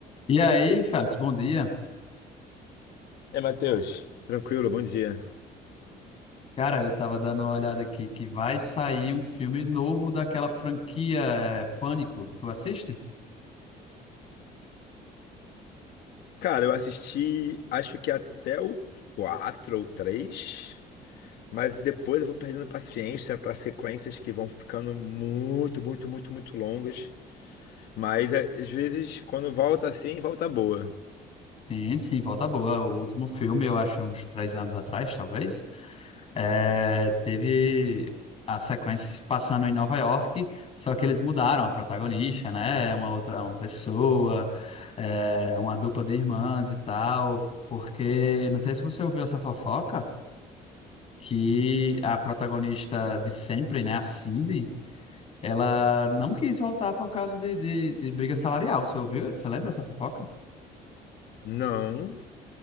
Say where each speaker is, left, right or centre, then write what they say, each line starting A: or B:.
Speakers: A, on the left (about 35°); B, on the left (about 70°).
A: E aí, Félix, bom dia.
B: É, Matheus. Tranquilo, bom dia.
A: Cara, eu tava dando uma olhada aqui que vai sair um filme novo daquela franquia é, Pânico. Tu assiste?
B: Cara, eu assisti, acho que até o 4 ou 3. mas depois eu vou perdendo paciência para sequências que vão ficando muito, muito, muito, muito longas. Mas é, às vezes, quando volta assim, volta boa.
A: Sim, sim, volta boa. O último filme, eu acho uns três anos atrás, talvez, é, teve a sequência se passando em Nova York, só que eles mudaram a protagonista, né? É Uma outra, uma pessoa, é, uma dupla de irmãs e tal. Porque, não sei se você ouviu essa fofoca. que a protagonista de sempre, né, a Cindy, ela não quis voltar por causa de, de, de briga salarial. Você ouviu? Você lembra essa fofoca?
B: Não,